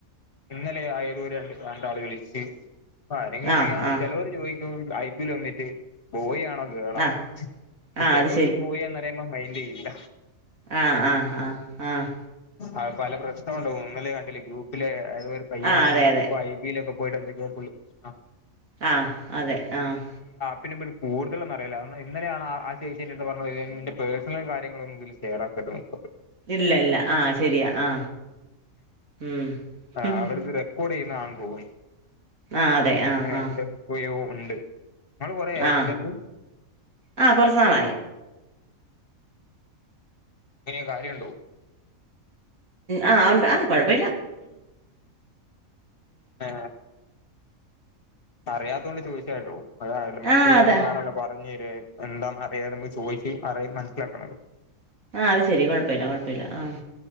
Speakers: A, on the left; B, on the right.
A: ഇന്നലെ ആയരോ രണ്ട് രണ്ടാള് വിളിച്ച് ആരെങ്കിലും
B: ആ
A: ഫ്രീ ആണോ
B: ആ
A: ചെലോര് ചോയിക്കും ഐ പി ല് വന്നിട്ട് ബോയിയാ ഗേളാണോ
B: ആ ആ
A: ചേലോര്
B: അത്
A: ഒ ബോയി ആന്നറിയുമ്പോ മൈൻഡ് ചെയ്യില്ല
B: ആഹ് ആഹ് ആഹ് ആഹ്
A: അത് പല പ്രശ്നവുണ്ടാവും ഇന്നലേ കണ്ടില്ലെ ഗ്രൂപ്പില് ഏതോ ഒരു പയ്യൻ
B: ആ അതെ അതെ
A: അപ്പോ ഐ ബിയി ലൊക്കെ പോയിട്ട്ന്തക്കയോ പുള്ളി ആ
B: ആഹ് അതെ ആഹ്
A: പിന്നെ കൂടുലൊന്നും അറില്ല ഇന്നലെയാണ് ആ ചേച്ചി എന്റെ അടുത്ത് പറഞ്ഞത് പേഴസണൽ കാര്യങ്ങളൊന്നും ഇതിൽ ഷെയർറാക്കരുത് <unintelligible>
B: ഇല്ല ഇല്ല ആ ശരിയാ ആ ഉം
A: ആ
B: ഹും, ഹും.
A: അവരത് റെക്കോർഡ് ചെയ്യുന്നതാണ് തോന്നുന്നു
B: ആ അതെ ആ
A: അങ്ങനെ
B: ആ
A: എന്തക്കയോ ഉണ്ട് നിങ്ങള് കൊറേ ആയോ
B: ആ
A: ഇതിന്റെത്ത്
B: ആ കുറച്ച് നാളായി
A: എങ്ങനെയ കാര്യണ്ടോ
B: ഉം ആ ഒണ്ട് ആഹ് കൊഴപ്പം ഇല്ല
A: ആ അറിയാത്തൊണ്ട് ചോദിച്ചായിട്ടോ അ മറ്റുള്ളരിടത്തുന്ന്ആണല്ലെ
B: ആ അതെ
A: പറഞ് എന്താന്ന് അറിയാതെ നമ്മൾ ചോയിച്ച് അറി മനസ്സിലാക്കണല്ലോ
B: ആഹ് അത് ശെരി കൊഴപ്പയ്ല്ല കൊഴപ്പയ്ല്ല ആ